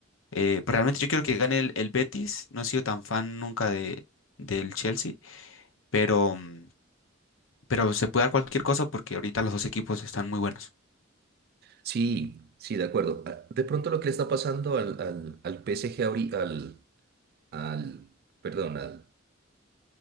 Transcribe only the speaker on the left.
eh, pues realmente yo quiero que gane el, el Betis. No he sido tan fan nunca de, del Chelsea, pero, mm, pero se puede dar cualquier cosa porque ahorita los dos equipos están muy buenos.